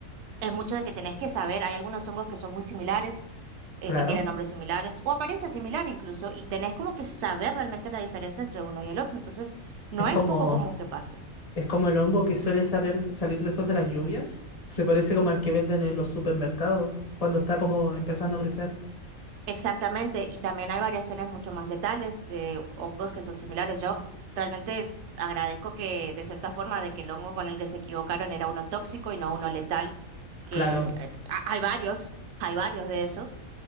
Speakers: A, on the right; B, on the left.
A: es mucho de que tenés que saber, hay algunos hongos que son muy similares, eh,
B: claro.
A: que tienen nombres similares o apariencia similar incluso, y tenés como que saber realmente la diferencia entre uno y el otro. Entonces, no
B: Es
A: es
B: como,
A: poco común que pase.
B: es como el hongo que suele salir, salir después de las lluvias. Se parece como al que venden en los supermercados cuando está como empezando a crecer.
A: Exactamente, y también hay variaciones mucho más letales de hongos que son similares. Yo realmente agradezco que, de cierta forma, de que el hongo con el que se equivocaron era uno tóxico y no uno letal, que
B: Claro.
A: eh, ha- hay varios, hay varios de esos.